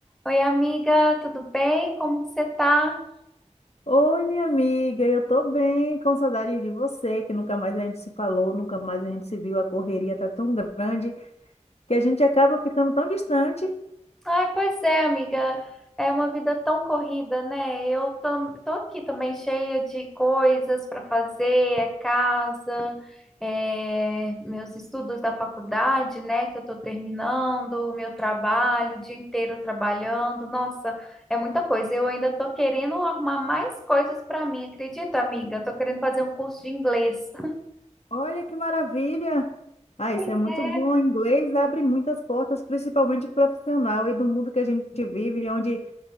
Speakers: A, in the centre; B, on the left.
A: Oi, amiga, tudo bem? Como que você tá?
B: Oi, minha amiga, eu tô bem, com saudade de você, que nunca mais a gente se falou, nunca mais a gente se viu, a correria tá tão grande que a gente acaba ficando tão distante.
A: Ai, pois é, amiga, é uma vida tão corrida, né? Eu tô, tô aqui também cheia de coisas para fazer, é casa, é meus estudos da faculdade, né, que eu tô terminando, o meu trabalho, o dia inteiro trabalhando. Nossa, é muita coisa. Eu ainda tô querendo arrumar mais coisas para mim, acredita, amiga? Tô querendo fazer um curso de inglês. <laughs>
B: Olha que maravilha! Ah,
A: Pois
B: isso é muito
A: é.
B: bom. O inglês abre muitas portas, principalmente profissional e do mundo que a gente vive, onde